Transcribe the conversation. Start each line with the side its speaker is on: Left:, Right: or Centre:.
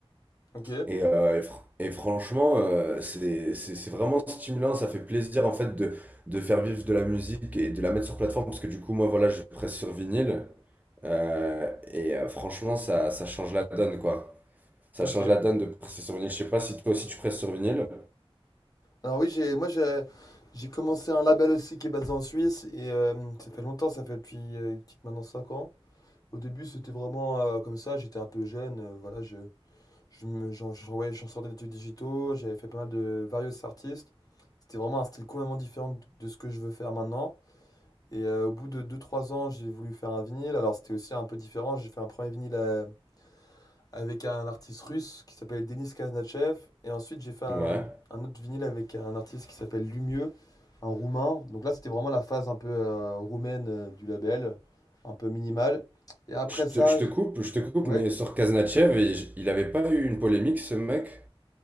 Left: ok,
Right: Et, euh, et, fr- et franchement, euh, c'est c'est- c'est vraiment stimulant, ça fait plaisir en fait de, de faire vivre de la musique et de la mettre sur plateforme, parce que du coup, moi, voilà, je presse sur vinyle, euh, et euh, franchement, ça, ça change la donne, quoi. Ça
Left: ok.
Right: change la donne de presser sur vinyle. Je sais pas si toi aussi tu presses sur vinyle.
Left: Alors oui, j'ai, moi j'ai, j'ai commencé un label aussi qui est basé en Suisse et euh, ça fait longtemps, ça fait depuis euh, petite maintenant 5 ans. Au début c'était vraiment euh, comme ça, j'étais un peu jeune, euh, voilà, je, Je me, j'en, j'en- ouais, j'en sortais d'études digitaux, j'avais fait pas mal de various artistes. C'était vraiment un style complètement différent de de ce que je veux faire maintenant. Et euh, au bout de deux trois ans, j'ai voulu faire un vinyle. Alors c'était aussi un peu différent. J'ai fait un premier vinyle euh, avec un artiste russe qui s'appelle Denis Kaznachev. Et ensuite, j'ai fait un,
Right: Ouais.
Left: un autre vinyle avec un artiste qui s'appelle Lumieux, un roumain. Donc là, c'était vraiment la phase un peu euh, roumaine euh, du label, un peu minimale. Et après
Right: Je
Left: ça,
Right: te, je te
Left: je-
Right: coupe, je te coupe,
Left: ouais.
Right: mais sur Kaznachev, il, il avait pas eu une polémique, ce mec?